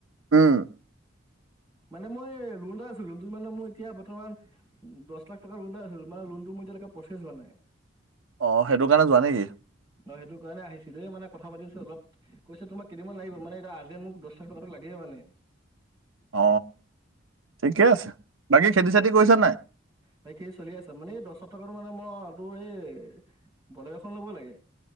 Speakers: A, on the right; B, on the right.
A: উম
B: মানে মই লণ এটা আছোঁ লণটো মানে মোৰ এতিয়া বৰ্তমান দহ লাখ টকাৰ লোন এটা আছিল মানে লোনটো মোৰইতিয়ালকে প্ৰচেছ হোৱা নাই
A: অ সেইটো কাৰণে যোৱা নেকি
B: অঁেইটো কাৰণেিছিলো দ মান কথাাতিছো অল কৈছে তোাক কিিনমান লাগিব মানেতিয়া আৰ্জণ্ট মোক দহ লখ টকাটো লাগেইে মানে
A: অ ঠিকে আছে বাকী খেতি চেতি কৰিছো নাই
B: ব কি চলি আছা মানে এই দহশ টকাাতো মানে মই তোৰ এই বলেগ এখন ল'ব লাগে